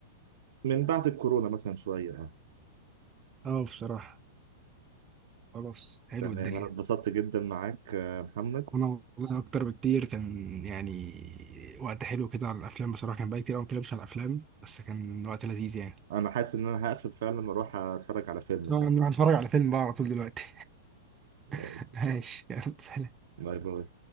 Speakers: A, on the right (about 70°); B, on the right (about 20°).
A: من بعد الكورونا مثلا شوية آه.
B: اه بصراحه خلاص حلو
A: تمام
B: الدنيا
A: أنا اتبسطت جدا معاك آه، محمد
B: انا والله اكتر بكتير كان يعني وقت حلو كده على الافلام بصراحه كان بقى كتير أوي ما بتكلمش على الافلام بس كان وقت لذيذ يعني
A: أنا حاسس إن أنا هقفل فعلا وأروح أتفرج على فيلم فعلا
B: آه، نروح نتفرج على فيلم بقى على طول دلوقتي
A: آه،
B: <laughs> ماشي يلا سلام
A: باي باي